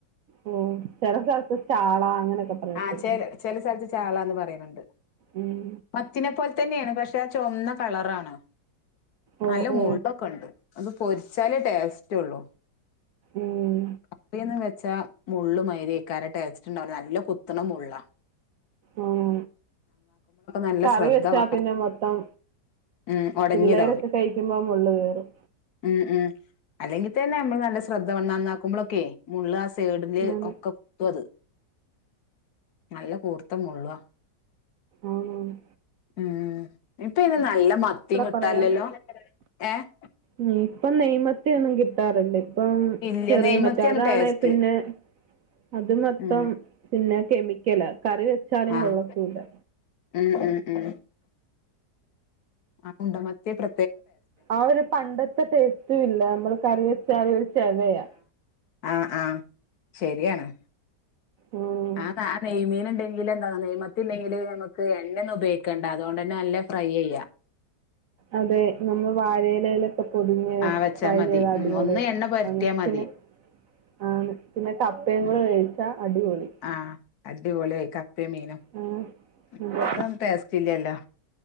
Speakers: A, on the right (about 70°); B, on the left (about 65°).
A: ഓ ചെറ സ്ഥറത്ത് ചാള അങ്ങനെയൊക്കെ പറയത്തില്ലേ
B: ആഹ് ച ചെ ചാളാന്ന് പറയുന്നുണ്ട്
A: ഉം.
B: മത്തിനെ പോലെ തന്നെയാണ് പക്ഷെ ആ ചൊവന്ന കളറാണ്
A: ഓ
B: നല്ല
A: ഓ
B: മുള്ളൊക്കെ ഇണ്ട് അത് പൊരിച്ചാലേ ടേസ്റ്റ് ഒള്ളു
A: ഉം
B: കപ്പേന്ന് വെച്ചാ മുള്ള് മാരിയ്ക്കാരം ടേസ്റ്റ് ഇണ്ടാവൂലാ നല്ല കു ത്ത്ണ മുള്ളാ
A: ഉം
B: നല്ല
A: കറി
B: ശ്രദ്ധ
A: വെച്ചാ
B: വേണം
A: തന്നെ മൊത്തം
B: ഉം ഒടഞ്ഞതാവും
A: പിള്ളേരൊക്കെ കഴിക്കുമ്പോ മുള്ള് കേറും
B: ഉം ഉം അല്ലെങ്കിൽ തന്നെ നമ്മള് നല്ല ശ്രദ്ധ വേണം നന്നാക്കുമ്പോളൊക്കെ മുള്ള് ആ സേട്ൽ
A: ആണ്
B: ഒക്കെ കുത്തും അത് നല്ല കൂർത്ത മുള്ളാ
A: ആന്നാന്ന്
B: ഏ ഇപ്പ അയിന് നല്ല മത്തിം കിട്ടാല്ലല്ലോ
A: പറയാ
B: ഏഹ്
A: ഉം ഇപ്പം നെയ് മ ത്തിയൊന്നും കിട്ടാറില്ല ഇപ്പം
B: ഇല്ല
A: ചെറിയ
B: നെയ്മത്തിയാണ്
A: മറ്റെ അതാണെ
B: ടേസ്റ്റ്
A: പിന്നെ അത് മൊത്തം
B: ഉം
A: പിന്നെ കെമിക്കലാ കറി വെച്ചാലും
B: ആഹ്
A: കൊള്ളത്തൂല്ലാ
B: ഉം ഉം ഉം ആ ഉണ്ട മത്തിയാ പ്ര
A: ആ ഒരു പണ്ടത്തെ ടേസ്റ്റ് ല്ല നമ്മൾ കറി വെച്ചാല് ചെവയാ
B: ആ ആ ശരിയാണ്
A: ഉം
B: ആ താ ആ നെയ്മീൻ ഇണ്ടെങ്കിൽ എന്താ നെയ്മത്തി ഇല്ലെങ്കില് നമ്മക്ക് എണ്ണോന്നും ഉപയോഗിക്കണ്ട അതോണ്ട്ന്നെ നല്ല ഫ്രൈ ചെയ്യാ
A: അതെ നമ്മൾ വാഴയിലെലൊക്കെ പൊതിഞ്ഞ്
B: ആ വെച്ചാ
A: ഫ്രൈ
B: മതി
A: ചെയ്താ
B: ഉം
A: അടിപൊളി
B: ഒന്ന് എണ്ണ പൊരട്ടിയാ
A: ആണ്
B: മതി
A: പിന്നെ ആണ് പിന്നെ കപ്പെം
B: ഉം
A: കൂടെ വേവിച്ച അടിപൊളി
B: ആഹ് അടിപൊളിയായി ക പ്പേം മീനും
A: ആ
B: ഇപ്പത്തെ
A: അതെ
B: ഒന്നും ടേസ്റ്റ് ഇല്ലല്ലോ